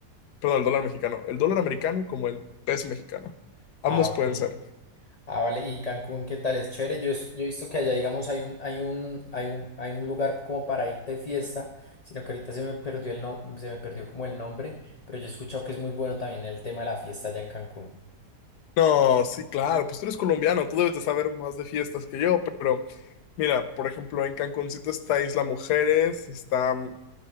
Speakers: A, on the left; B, on the left.
A: perdón, el dólar mexicano, el dólar americano como el peso mexicano. Ambos
B: Ah, ok.
A: pueden ser.
B: Ah, vale. ¿Y Cancún qué tal? Es chévere. Yo, es- yo he visto que allá, digamos, hay un, hay un, hay un, hay un lugar como para irte de fiesta, sino que ahorita se me perdió el no, se me perdió como el nombre, pero yo he escuchado que es muy bueno también el tema de la fiesta allá en Cancún.
A: No, sí, claro, pues tú eres colombiano, tú debes de saber más de fiestas que yo, pero mira, por ejemplo, en Cancuncito está Isla Mujeres, está mm,